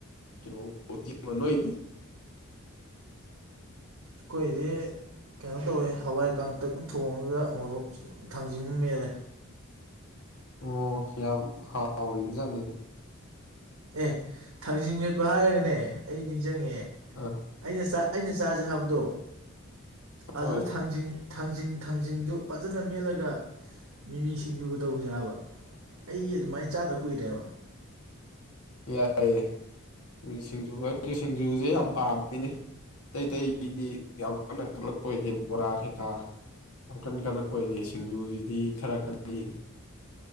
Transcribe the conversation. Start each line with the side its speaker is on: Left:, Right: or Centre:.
Left: ꯀꯩꯅꯣ ꯎꯇꯤ ꯑꯃꯒ ꯅꯣꯢꯒꯤꯗꯤ <inaudible>
Right: ꯑꯈꯣꯏꯗꯤ ꯀꯩꯅꯣ ꯇꯧꯋꯦ ꯍꯋꯥꯏ ꯀꯥꯡꯇꯛ ꯑꯃ ꯊꯣꯡꯉꯒ ꯃꯣꯔꯣꯛ ꯊꯥꯡꯖꯤꯡ ꯑꯃ ꯃꯦꯠꯂꯦ
Left: ꯑꯣ ꯌꯥꯝ ꯍꯥꯎꯔꯤꯕ ꯖꯥꯠꯅꯤꯗ
Right: ꯑꯦ ꯊꯥꯡꯖꯤꯡ ꯃꯦꯠꯄ ꯍꯥꯏꯔꯒꯅꯦ ꯑꯩ ꯅꯤꯡꯖꯪꯉꯛꯑꯦ
Left: ꯑ
Right: ꯑꯩꯅ ꯆꯥ ꯑꯩꯅ ꯆꯥꯁꯦ ꯍꯥꯏꯕꯗꯣ ꯑꯗꯨꯗ
Left: ꯍꯣꯏ
Right: ꯊꯥꯡꯖꯤꯡ ꯊꯥꯡꯖꯤꯡ ꯊꯥꯡꯖꯤꯡꯖꯨ ꯐꯖꯅ ꯃꯦꯠꯂꯒ ꯃꯤꯃꯤ ꯁꯤꯡꯖꯨ ꯒꯥ ꯇꯧꯁꯦꯕ ꯑꯩ ꯑꯗꯨꯃꯥꯏꯅ ꯆꯥꯗ ꯀꯨꯏꯔꯦꯕ
Left: ꯌꯥꯏ ꯌꯦ ꯁꯤꯡꯖꯨ ꯑꯩ ꯁꯤꯡꯖꯨꯁꯦ ꯌꯥꯝ ꯄꯥꯝꯃꯤꯅꯦ ꯑꯇꯩ ꯑꯇꯩꯗꯤ ꯌꯥꯝ ꯋꯥꯟꯅ ꯀꯂꯛꯄ ꯑꯣꯏꯗꯦ ꯃꯣꯔꯥ ꯀꯩꯀꯥ ꯌꯥꯝ ꯀꯟ ꯀꯠꯂꯛꯄ ꯑꯣꯏꯗꯦ ꯁꯤꯡꯖꯨꯁꯤꯗꯤ ꯈꯔ ꯀꯜꯂꯛꯑꯦꯅꯦ